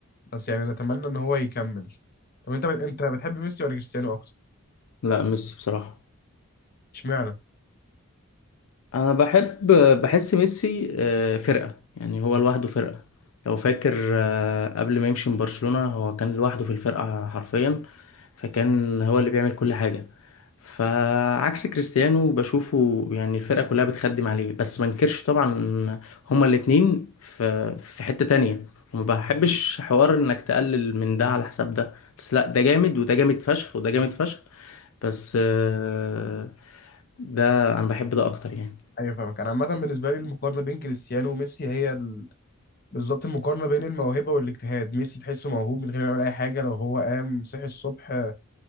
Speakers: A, on the left; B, on the left.
A: بس يعني نتمنى ان هو يكمل طب انت انت بتحب ميسي ولا كريستيانو اكتر
B: لا ميسي بصراحة
A: اشمعنى
B: انا بحب بحس ميسي آه، فرقة يعني هو لوحده فرقة لو فاكر آه، قبل ما يمشي من برشلونة هو كان لوحده في الفرقة حرفيا فكان هو اللي بيعمل كل حاجة فعكس كريستيانو بشوفه يعني الفرقة كلها بتخدم عليه بس ما انكرش طبعا هما الاتنين في في حتة تانية وما بحبش حوار انك تقلل من ده على حساب ده بس لا ده جامد وده جامد فشخ وده جامد فشخ بس آه، ده انا بحب ده اكتر يعني
A: ايوه فاهمك انا عامه بالنسبه لي المقارنه بين كريستيانو وميسي هي ال... بالظبط المقارنه بين الموهبه والاجتهاد ميسي تحسه موهوب من غير ما يعمل اي حاجه لو هو قام صحي الصبح